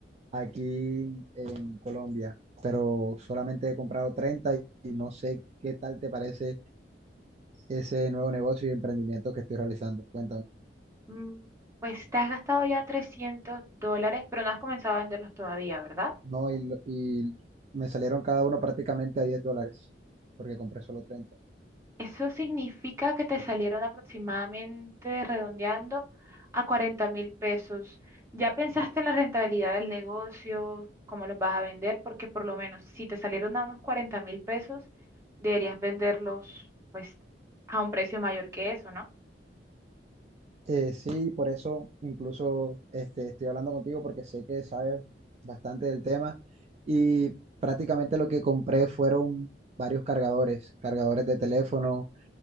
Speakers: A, on the right; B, on the right.
A: aquí en Colombia, pero solamente he comprado 30 y, y no sé qué tal te parece ese nuevo negocio y emprendimiento que estoy realizando. Cuéntame.
B: Mm, Pues te has gastado ya 300 dólares, pero no has comenzado a venderlos todavía, ¿verdad?
A: No, y, lo- y me salieron cada uno prácticamente a 10 dólares, porque compré solo treinta
B: Eso significa que te salieron aproximadamente, redondeando, a cuarenta mil pesos. ¿Ya pensaste en la rentabilidad del negocio, cómo los vas a vender? Porque por lo menos si te salieron a unos cuarenta mil pesos, deberías venderlos pues a un precio mayor que eso, ¿no?
A: Eh, sí, por eso incluso este, estoy hablando contigo porque sé que sabes bastante del tema y prácticamente lo que compré fueron varios cargadores, cargadores de teléfono